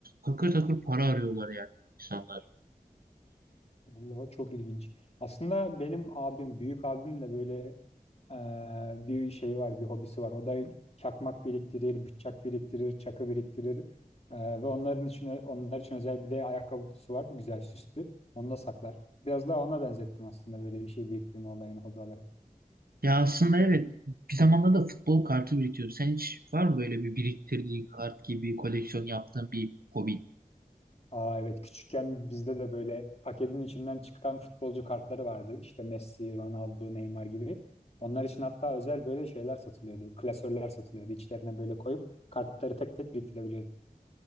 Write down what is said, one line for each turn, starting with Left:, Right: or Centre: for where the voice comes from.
Right: Takır takır para arıyorlar yani bu insanlar.
Left: Allah çok ilginç. Aslında benim abim büyük abim de böyle eee, bir şey var bir hobisi var. O da çakmak biriktirir, bıçak biriktirir, çakı biriktirir. Eee, ve onların için onlar için özel bir de ayakkabı kutusu var güzel süslü. Onu da saklar. Biraz daha ona benzettim aslında böyle bir şey biriktirme olayını hobi olarak.
Right: Ya aslında evet bir zamanlar da futbol kartı biriktiriyorum. Sen hiç var mı böyle bir biriktirdiğin kart gibi koleksiyon yaptığın bir hobi?
Left: Aa evet küçükken bizde de böyle paketin içinden çıkan futbolcu kartları vardı. İşte Messi, Ronaldo, Neymar gibi. Onlar için hatta özel böyle şeyler satılıyordu. Klasörler satılıyordu. İçlerine böyle koyup kartları tek tek biriktirebiliyordun.